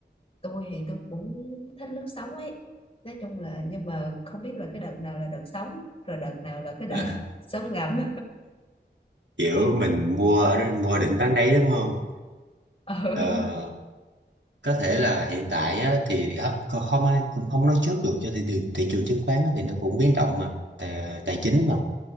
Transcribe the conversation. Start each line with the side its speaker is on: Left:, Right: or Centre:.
Left: tôi thì tôi cũng thích lướt sóng ấy nói chung là nhưng mà không biết là cái đợt nào là đợt sóng rồi đợt nào là cái đợt
Right: À,
Left: <laughs> sóng ngầm
Right: Kiểu mình mua ở mua đỉnh bán đáy đúng không?
Left: ừ
Right: Ờ, có thể là hiện tại á, thì á, không không ai cũng không nói trước được cho thị trường thị trường chứng khoán á thì nó cũng biến động mà tài, tài chính
Left: ừ
Right: mà